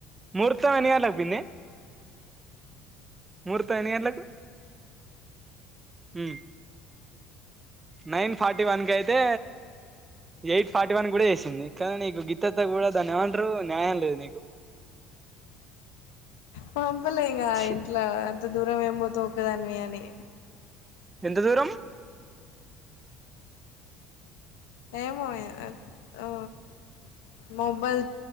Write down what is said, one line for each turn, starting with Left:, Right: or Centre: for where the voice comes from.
Right: ముర్తం ఎన్ని గంటలకు పిన్ని ముర్తం ఎన్ని గంటలకు? ఉమ్ నైన్ ఫార్టీ వన్ కయితే ఎయిట్ ఫార్టీ వన్ గుడ చేసింది కనీ నీకు గింతంత కూడా దాన్ని ఏమంటరూ న్యాయం లేదు నీకు.
Left: పంపలే ఇంగ
Right: ఛీ
Left: ఇంట్ల అంత దూరం ఏం పోతవ్ ఒక్ ఒక్కదానివే అని
Right: ఎంత దూరం
Left: ఏమో ఆ మోహబాద్